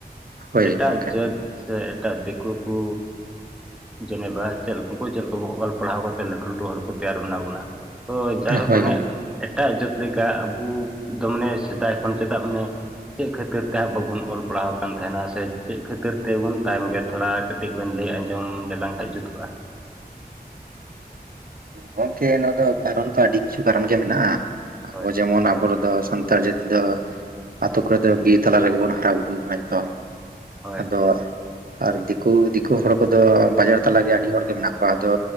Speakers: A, on the right; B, in the centre.
A: ᱦᱳᱭ
B: ᱮᱴᱟᱜ
A: ᱜᱚᱝᱠᱮ
B: ᱡᱟᱹᱛ ᱥᱮ ᱮᱴᱟᱜ ᱫᱤᱠᱩ ᱠᱚ ᱡᱮᱱᱮᱵᱟ ᱪᱮᱫ ᱩᱝᱠᱩ ᱪᱮᱫ ᱞᱮᱠᱟ ᱠᱚ ᱚᱞ ᱯᱟᱲᱦᱟᱣ ᱠᱟᱛᱮᱫ ᱞᱟᱹᱴᱩ ᱞᱟᱹᱴᱩ ᱦᱚᱲ ᱠᱚ ᱛᱮᱭᱟᱨ ᱵᱮᱱᱟᱣ ᱠᱟᱱᱟ ᱛᱚ ᱡᱟᱭᱦᱳᱠ
A: ᱦᱳᱭ
B: ᱢᱟᱱᱮ
A: ᱜᱚᱝᱠᱮ
B: ᱮᱴᱟᱜ ᱡᱟᱹᱛ ᱞᱮᱠᱟ ᱟᱵᱩ ᱫᱚ ᱢᱟᱱᱮ ᱥᱮᱫᱟᱭ ᱠᱷᱚᱱ ᱪᱮᱫᱟᱜ ᱢᱟᱱᱮ ᱪᱮᱜ ᱠᱷᱟᱹᱛᱤᱨ ᱛᱮ ᱦᱟᱸᱜ ᱵᱟᱵᱚᱱ ᱚᱞ ᱯᱟᱲᱦᱟᱣ ᱠᱟᱱ ᱛᱟᱦᱮᱸᱱᱟ ᱥᱮ ᱪᱮᱜ ᱠᱷᱟᱹᱛᱤᱨ ᱛᱮᱵᱚᱱ ᱛᱟᱭᱚᱢ ᱜᱮᱭᱟ ᱛᱷᱚᱲᱟ ᱠᱟᱹ ᱠᱟᱹᱴᱤᱡ ᱵᱮᱱ ᱞᱟᱹᱭ ᱟᱸᱡᱚᱢ ᱞᱮᱞᱟᱝ ᱠᱷᱟᱡ ᱡᱩᱛ ᱠᱚᱜᱼᱟ ᱾
A: ᱜᱚᱝᱠᱮ ᱱᱚᱣᱟ ᱫᱚ ᱠᱟᱨᱚᱱ ᱛᱚ ᱟᱹᱰᱤ ᱠᱤᱪᱷᱩ ᱠᱟᱨᱚᱱ ᱜᱮ ᱢᱮᱱᱟᱜᱼᱟ ᱾ ᱟᱵᱚ
B: ᱦᱳᱭ
A: ᱡᱮᱢᱚᱱ ᱟᱵᱚ ᱨᱮᱫᱚ ᱥᱟᱱᱛᱟᱲ ᱡᱟᱹᱛ ᱛᱤ ᱫᱚ ᱟᱛᱳ ᱠᱚᱨᱮ ᱫᱚ ᱵᱤᱨ ᱛᱟᱞᱟ ᱨᱮᱜᱮ ᱵᱚᱱ ᱦᱟᱨᱟ ᱵᱩᱨᱩ ᱠᱟᱱᱟ ᱡᱚᱛᱚ,
B: ᱦᱳᱭ
A: ᱟᱫᱚ ᱟᱨ ᱫᱤᱠᱩ ᱫᱤᱠᱩ ᱦᱚᱲ ᱠᱚᱫᱚ ᱵᱟᱡᱟᱨ ᱛᱟᱞᱮ ᱟᱹᱰᱤ ᱦᱚᱲ ᱜᱮ ᱢᱮᱱᱟᱜ ᱠᱚᱣᱟ ᱟᱫᱚ